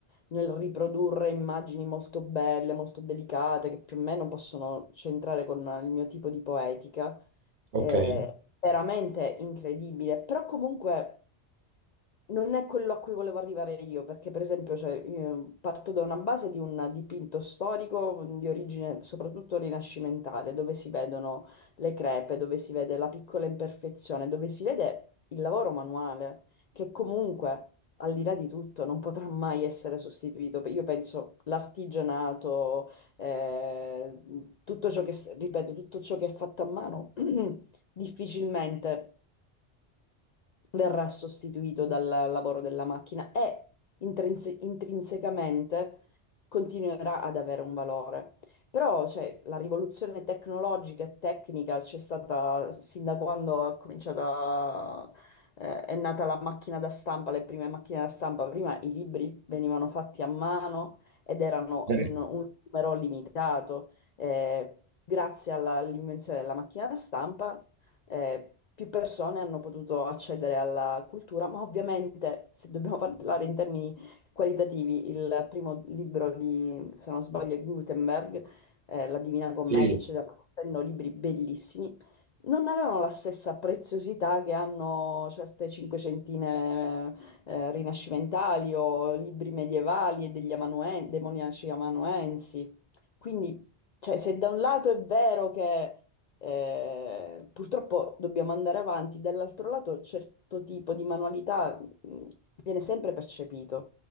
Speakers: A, on the left; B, on the right.
A: nel riprodurre immagini molto belle, molto delicate, che più o meno possono centrare con il mio tipo di poetica,
B: Okay,
A: eh, veramente incredibile, però comunque non è quello a cui volevo arrivare io, perché per esempio cioè, io parto da una base di un dipinto storico mm, di origine soprattutto rinascimentale, dove si vedono le crepe, dove si vede la piccola imperfezione, dove si vede il lavoro manuale, che comunque, al di là di tutto, non potrà mai essere sostituito. Io penso l'artigianato eh, tutto ciò che, s- ripeto, tutto ciò che è fatto a mano <clears throat> difficilmente verrà sostituito dal lavoro della macchina e intrinse- intrinsecamente continuerà ad avere un valore. Però, cioè, la rivoluzione tecnologica e tecnica c'è stata sin da quando è cominciata, eh, è nata la macchina da stampa, le prime macchine da stampa. Prima i libri venivano fatti a mano ed erano
B: eh,
A: in un numero limitato. Eh, grazie alla- all'invenzione della macchina da stampa eh, più persone hanno potuto accedere alla cultura, ma ovviamente se dobbiamo parlare in termini qualitativi, il primo libro di, se non sbaglio, è Gutenberg, eh, La Divina Commedia,
B: sì.
A: eccetera, essendo libri bellissimi, non avevano la stessa preziosità che hanno certe cinquecentine eh, rinascimentali o libri medievali e degli amanuen- demoniaci amanuensi. Quindi, cioè, se da un lato è vero che eh, purtroppo dobbiamo andare avanti, dall'altro lato certo tipo di manualità mh, viene sempre percepito